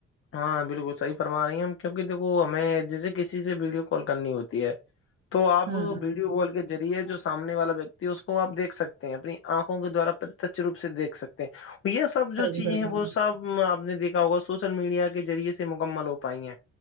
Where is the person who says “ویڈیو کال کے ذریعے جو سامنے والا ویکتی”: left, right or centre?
Left